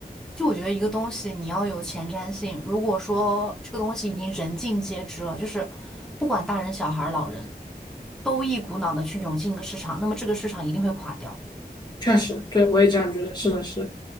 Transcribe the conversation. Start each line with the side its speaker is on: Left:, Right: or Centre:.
Centre: 就我觉得一个东西你要有前瞻性。如果说这个东西已经人尽皆知了，就是不管大人、小孩儿、老人，都一股脑的去涌进一个市场，那么这个市场一定会垮掉，
Left: 确实，对我也这样觉得，是的是的。